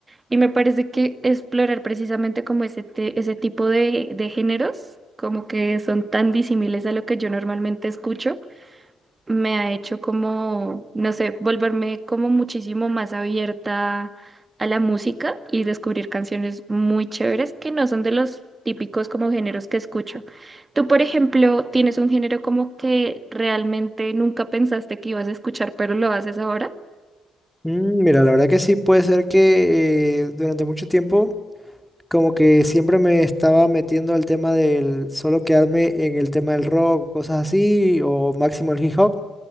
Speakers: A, on the right; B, in the centre.
A: Y me parece que explorar precisamente como ese, te- ese tipo de, de géneros, como que son tan disímiles a lo que yo normalmente escucho, me ha hecho como, no sé, volverme como muchísimo más abierta a la música y descubrir canciones muy chéveres que no son de los típicos como géneros que escucho. Tú, por ejemplo, tienes un género como que realmente nunca pensaste que ibas a escuchar, pero lo haces ahora.
B: Mm, mira, la verdad que sí puede ser que eh, durante mucho tiempo como que siempre me estaba metiendo al tema del solo quedarme en el tema del rock, cosas así, o máximo el hip hop.